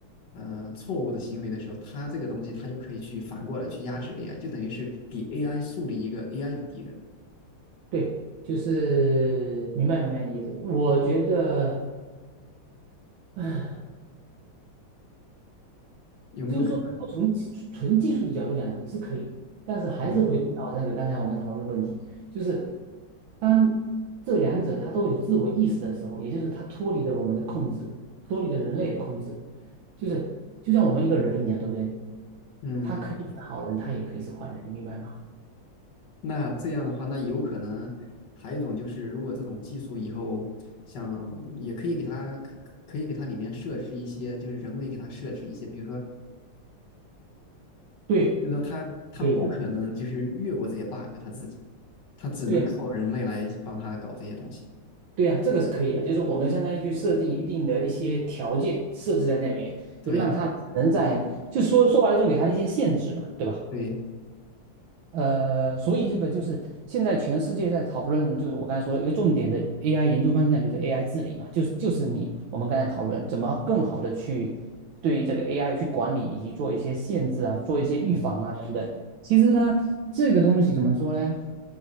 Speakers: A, on the left; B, on the right.
A: 呃错误的行为的时候，它这个东西它就可以去反过来去压制 AI，就等于是给 AI 树立一个 AI 的敌人，
B: 对，就是明白明白你的意思。我觉得，<clears throat> 唉，
A: 有没有可能？
B: 就是说，从技纯技术的角度讲，你是可以，但是还是回归到那个刚才我们讨论的问题，
A: 嗯
B: 就是当这两者它都有自我意识的时候，也就是它脱离了我们的控制，脱离了人类的控制，就是就像我们一个人一样，对不对？
A: 嗯。
B: 他可以是好人，他也可以是坏人，你明白吗？
A: 那这样的话，那有可能还有一种就是，如果这种技术以后想，也可以给它可可以给它里面设置一些，就是人为给它设置一些，比如说，
B: 对，
A: 就是说它它不可能就是越过这些
B: 可以的，
A: bug，它自己，它只能靠人类来帮它搞这些东西。
B: 对呀，对呀，这个是可以的，就是我们相当于去设定一定的一些条件设置在那里，就让他只能在，
A: 对
B: 就说说白了，就给他一些限制嘛，对吧？
A: 对，
B: 呃，所以这个就是现在全世界在讨论，就是我刚才说的一个重点的 AI 研究方向，就是 AI 治理嘛，就是就是你我们刚才讨论怎么更好的去对这个 AI 去管理，以及做一些限制啊，做一些预防啊等等。
A: 嗯
B: 其实呢，这个东西怎么说呢？